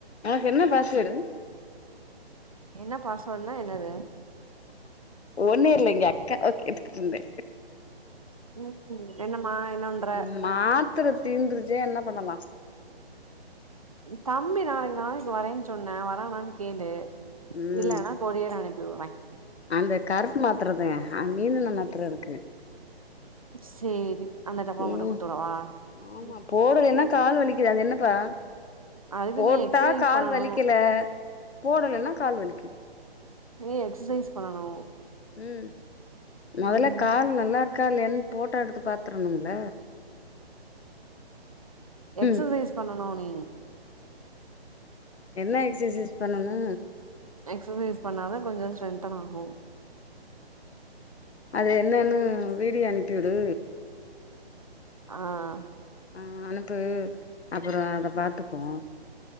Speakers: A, on the left; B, on the right.
A: உனக்கு என்ன பாஸ்வேர்டு
B: என்ன பாஸ்வேர்ட்னா என்னது
A: ஒண்ணு இல்லேங்க அக்காவ கேட்டுகிட்டிருந்தே
B: உம் என்னம்மா என்னவண்ற
A: இந்த மாத்திர தீந்துருச்சே என்ன பண்ணலா
B: தம்பி நாளைக்கு நாளைக்கு வரேன்னு சொன்னா வரானான்னு கேளு
A: ம்
B: இல்லேனா கொரியர் அனுப் டுவாங்
A: அந்த கருப்பு மாத்தரதே ஆ மீன் எண்ண மாத்தர இருக்கு
B: சேரி அந்த டப்பா
A: உம்
B: மட்டு குடுத்துவிடவா
A: ஆமா
B: ம்
A: போறது என்ன கால் வலிக் க்குது என்னப்பா
B: அதுக்கு
A: போட்டா
B: நீ எக்சசைஸ்
A: கால்
B: பண்ணனு
A: வலிக்கில போடலன்னா கால் வலிக்கு
B: நீ எக்சசைஸ் பண்ணனு
A: உம் மொதல்ல
B: ம்
A: கால் நல்லா ருக்கா இல்லையான்னு போட்டா எடுத்து பாத்துரணும்ல
B: எக்சசைஸ்
A: ம்
B: பண்ணனு நீ உ
A: என்ன எக்சசைஸ் பண்ணணு
B: எக்சசைஸ் பண்ணாதா கொஞ்சொ ஸ்ட்ரென்த்தன் ஆகு
A: அது என்னன்னு வீடியோ அனுப்பியுடு
B: ஆஹ்
A: ஆஹ் அனுப்பு அப்புறோ அத பாத்தப்போ